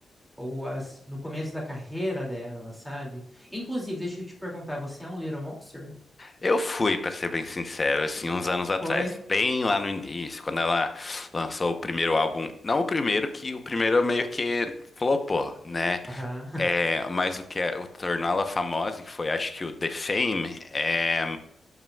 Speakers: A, in the centre; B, on the left.
A: ou as, no começo da carreira dela, sabe? Inclusive, deixa eu te perguntar, você é um Little Monster?
B: Eu fui, pra ser bem sincero, assim, uns anos atrás,
A: Foi?
B: bem lá no início, quando ela lançou o primeiro álbum. Não o primeiro, que o primeiro meio que flopou, né?
A: Aham, <laughs>
B: É, mas o que é, o tornou ela famosa, que foi acho que o The Fame, é,